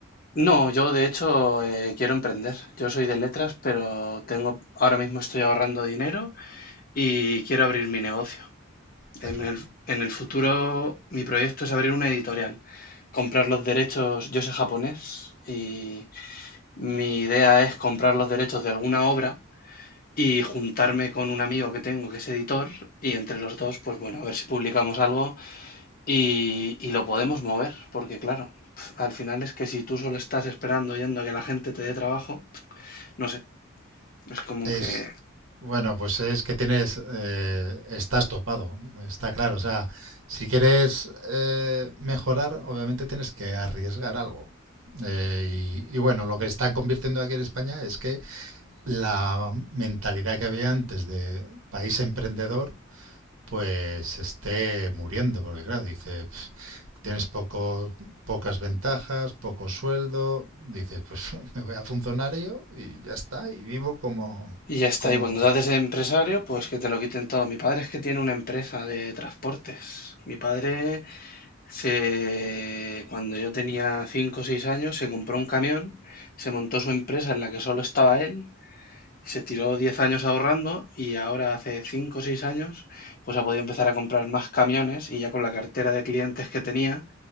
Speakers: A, on the left; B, on the right.
A: No, yo de hecho eh, quiero emprender. Yo soy de letras, pero tengo, ahora mismo estoy ahorrando dinero y quiero abrir mi negocio.
B: Claro.
A: En el, en el futuro, mi proyecto es abrir una editorial, comprar los derechos, yo sé japonés, y mi idea es comprar los derechos de alguna obra y juntarme con un amigo que tengo que es editor y entre los dos, pues bueno, a ver si publicamos algo y, y lo podemos mover, porque claro, al final es que si tú solo estás esperando yendo a que la gente te dé trabajo, no sé, es como
B: Es,
A: que
B: bueno, pues es que tienes, eh, estás topado, está claro. O sea, si quieres eh, mejorar, obviamente tienes que arriesgar algo. Eh, y, y bueno, lo que están convirtiendo aquí en España es que la mentalidad que había antes de país emprendedor pues esté muriendo, porque claro, dice, "Pf, tienes poco, pocas ventajas, poco sueldo, dices, pues <laughs> me voy a funcionario y ya está, y vivo como,
A: Y ya está.
B: como...
A: Y cuando te haces empresario, pues que te lo quiten todo. Mi padre es que tiene una empresa de transportes. Mi padre se, cuando yo tenía 5 o 6 años, se compró un camión, se montó su empresa en la que solo estaba él, se tiró 10 años ahorrando y ahora hace 5 o 6 años, pues ha podido empezar a comprar más camiones y ya con la cartera de clientes que tenía,